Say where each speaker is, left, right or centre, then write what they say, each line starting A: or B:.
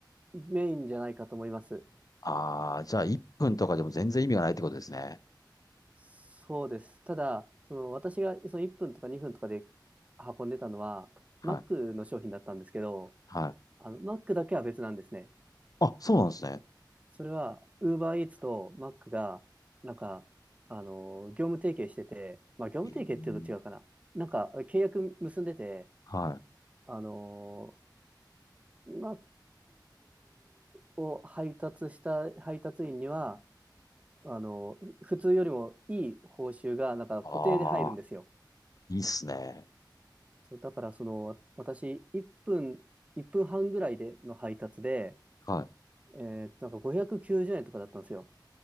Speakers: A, on the right; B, on the left.
A: メインじゃないかと思います。
B: ああー、じゃあ1分とかでも全然意味がないってことですね。
A: そうです。ただ、その私がその1分とか2分とかで運んでたのは、
B: はい。
A: Mac の商品だったんですけど、
B: はい。
A: あの、Mac だけは別なんですね。
B: あ、そうなんですね。
A: それは、UberEats と Mac が、なんか、あの、業務提携してて、まあ、業務提携っていうと違うかな。
B: ええ
A: なんか、契約結んでて、
B: はい。
A: あの、Mac を配達した配達員には、あの、普通よりもいい報酬が、なんか固定で入るんですよ。
B: ああ、いいっすね。
A: そう、だからその、私、1分、1分半ぐらいでの配達で、
B: はい。
A: えーっと、なんか590円とかだったんですよ。